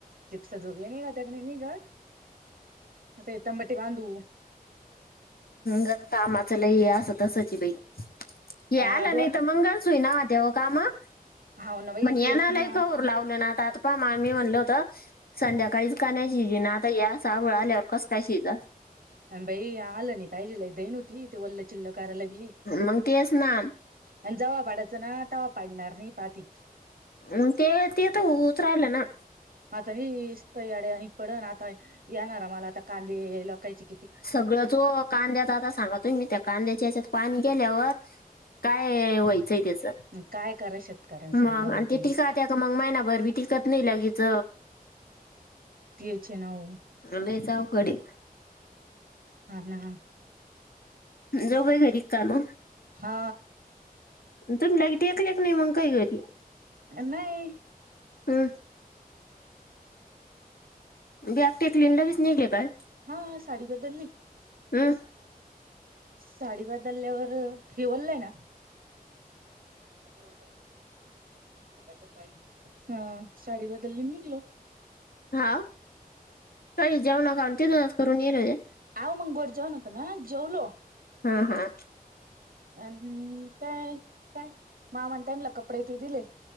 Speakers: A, on the right (about 65°); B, on the left (about 75°).
A: चिप्स जोगनघ ते घालते कणी ग मी येताना बांधु
B: ज कामाच लय हे असं तसाची बाई ये
A: हा
B: आला
A: दो
B: नाहीय तर मंगळसुय नवा तेव काम म्हण
A: हाव ना बाई तेच
B: या नालाय
A: ना
B: का होर लावलं ना आता आता मा मी म्हणल होत संध्याकाळीच का नाही शिजे ना आता या साबळ आल्यावर कसं काय शिज
A: बाई आलं नाही पाहिजेला दई नवती ते ल्ल चिल्ल करायला बी
B: मग तेच ना
A: आणि जवा पाडायचं ना तवा पाडणार नाही पाहाती
B: म ते ते तर उहित राहिल ना
A: आता मी इसत याडे आणि पडन आता येणार मला आता कांदे लोकायची
B: सगळं चो काद्याच आता सांगत तुम्ही त्या कांद्याच्या याच्यात पाणी गेल्यावर काय व्हायचंय त्याचं
A: काय करा शेतकऱ्यां सांगा
B: मग
A: बरं
B: आणि ते
A: तुम्ही
B: टीक त्याया का मग महिनाभर बी टिकत नाही लगेच
A: तीचे नव
B: लईच अवघड आहे
A: हा ना
B: जो काय घरी काम
A: हा
B: तुम्हीलाग टेकले क नाही मग काही घरी
A: नाही
B: हम् बॅग टेकलीनला बीच निघले काय
A: हा साडी बदलली
B: हम्
A: साडी बदलल्यावर हेिवललंय ना हा का, हा साडी बदलली निघालो
B: हा काही जाऊ नाका तिथूनूनच करून येईले
A: आव मगंगोड जेवण होत ना जेवलो
B: हम् हम
A: अम काय काय मामा त्यांना कपडे ते दिले